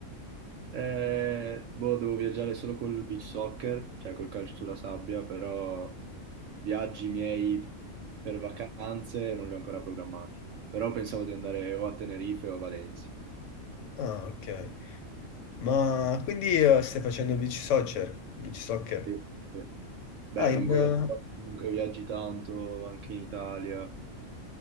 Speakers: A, on the right; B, on the left.
A: Eh, boh, devo viaggiare solo col beach soccer, cioè col calcio sulla sabbia, però viaggi miei per vacanze non li ho ancora programmati. Però pensavo di andare o a Tenerife o a Valencia.
B: Ah, ok. Ma quindi eh, stai facendo beach soccer? Beach soccer?
A: Sì, sì. Beh,
B: Ah, in...
A: con quello
B: eh,
A: sport comunque viaggi tanto anche in Italia.